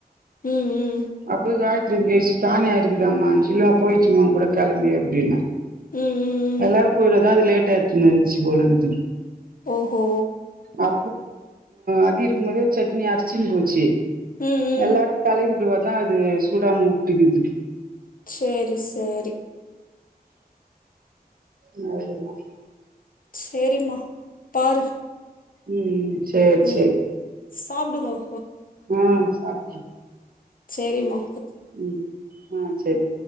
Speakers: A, on the left; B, on the right.
A: உம் உம்
B: <unintelligible> திரிங்கேஸ் தானியா இருக்குதாமான்ச்சி இல்மா போயிச்சும்மா அவுனுங் கூட கிளம்பி அப்டின்னே
A: ம் ம் ம்
B: எல்லாரோ போயிடுதா அது லேட் ட்டனு நடந்ச்சி போலக்குது
A: ஒ ஓ
B: ஆ அபி இருக்கும்போதே சட்னி அர்ச்சின் போச்சி
A: ம் ம்
B: எல்லாரோ தலை நிமிருவார் னா அது சுடாம்னு உட்டுக்கிது
A: சேரி செரி
B: நல்தா
A: செரிமா பாரு
B: உம் உம் சேர்
A: ம்
B: செரி
A: சாப்டுங்கோ
B: ஆ சாப்டே
A: செரிமா
B: உம் ஆ செரி